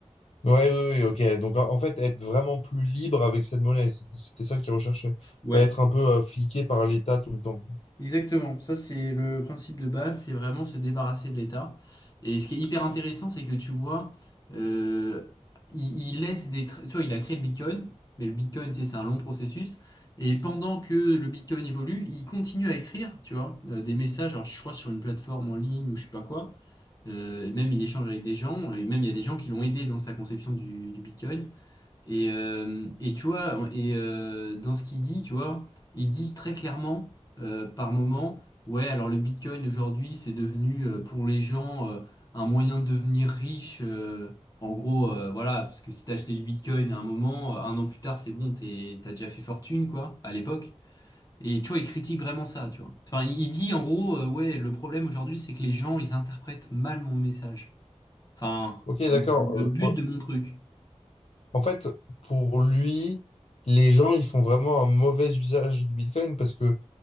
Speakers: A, on the left; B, on the left.
A: Ouais, oui, ok. Donc, en en fait, être vraiment plus libre avec cette monnaie, c'était c'était ça qu'ils recherchaient.
B: Ouais.
A: Pas être un peu euh, fliqué par l'État tout le temps.
B: Exactement, ça c'est le principe de base, c'est vraiment se débarrasser de l'État. Et ce qui est hyper intéressant, c'est que tu vois, euh, il, il laisse des... tra- Tu vois, il a créé le Bitcoin, mais le Bitcoin, tu sais, c'est un long processus. Et pendant que le Bitcoin évolue, il continue à écrire, tu vois, euh, des messages, alors je crois sur une plateforme en ligne ou je sais pas quoi. Euh, et même il échange avec des gens, et même il y a des gens qui l'ont aidé dans sa conception du, du Bitcoin. Et, euh, et tu vois, et euh, dans ce qu'il dit, tu vois, il dit très clairement euh, par moment, ouais, alors le Bitcoin aujourd'hui, c'est devenu euh, pour les gens euh, un moyen de devenir riche. euh, en gros, euh, voilà, parce que si t'as acheté du Bitcoin à un moment, euh, un an plus tard, c'est bon, t'es, t'as déjà fait fortune, quoi, à l'époque. Et tu vois, il critique vraiment ça, tu vois. Enfin, il il dit en gros, euh, ouais, le problème aujourd'hui, c'est que les gens, ils interprètent mal mon message. Enfin,
A: Ok, d'accord.
B: le, le
A: Euh,
B: but
A: ouais.
B: de mon truc.
A: En fait, pour lui, les gens, ils font vraiment un mauvais usage du Bitcoin parce que